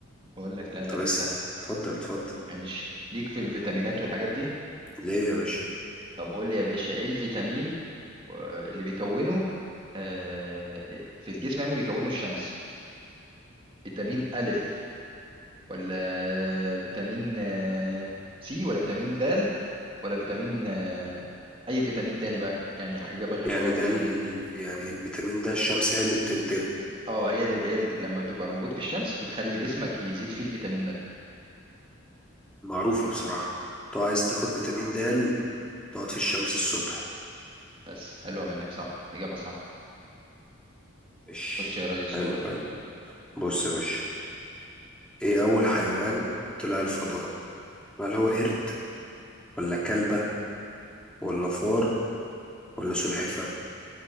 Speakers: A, on the right; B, in the centre.
A: بقول لك لا لا
B: طب
A: دي
B: اسأل
A: سهلة
B: اتفضل اتفضل
A: ماشي ليك في الفيتامينات والحاجات دي
B: ليه يا باشا
A: طب قول لي يا باشا ايه الفيتامين آه، اللي بيكونه آه، في الجسم يعني بيكونه الشمس فيتامين ألف ولا فيتامين آه، سي ولا فيتامين د ولا فيتامين آه، اي فيتامين تاني بقى يعني اجابه غير
B: يعني
A: اللي أنا
B: ده
A: قلتهم
B: ال...
A: لك دي.
B: ال... يعني الفيتامين ده الشمس هي اللي بتنتجه
A: اه هي اللي هي اللي لما بتبقى موجود في الشمس بتخلي جسمك يزيد فيه الفيتامين ده
B: معروفة بصراحة تو عايز تاخد فيتامين د تقعد في الشمس الصبح
A: بس حلوه منك صح الاجابه صح
B: ماشي
A: خش يا ريس
B: حلو
A: دورك
B: حلو بص يا باشا ايه أول حيوان طلع الفضاء هل هو قرد ولا كلبة ولا فار ولا سلحفة